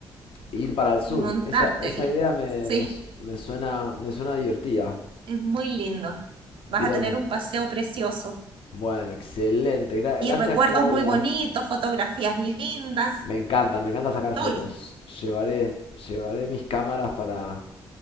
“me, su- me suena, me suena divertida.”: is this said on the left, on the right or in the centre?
Left